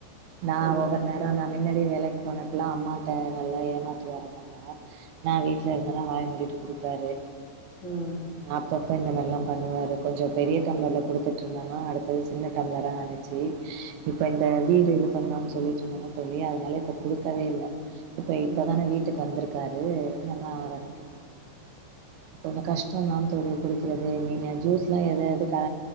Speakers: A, on the right; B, on the left.
A: நா
B: ம்
A: ஒவ்வொரு நேரோ நா மின்னடி வேலைக்கு போனப்பல்லா அம்மாட்ட நல்ல ஏமாற்றுவாருங்கல்லா நா வீட்ல இருந்தனா வாய மூடிட்டு குடிப்பாரு
B: ம்
A: அப்பப்ப இந்த மாரி எல்லா பண்ணுவாரு கொஞ்சோ பெரிய டம்ளர்ல குடுத்துட்ருந்தனா அடுத்தது சின்ன டம்ளரா ஆனு ச்சு இப்ப இந்த வீடு இது பண்ணும் சொல்லிட்ருந்தன்னா தோழி அதனால இப்ப குடுக்கவே இல்ல இப்ப
B: ம்
A: இப்பதான வீட்டுக்கு வந்துருக்காரு நம்ம ஆரம்மிக்கு கொஞ்சோ கஷ்டோந்தா தோழி குடிக்கறது நீங்க ஜூஸ்லா எத எது அ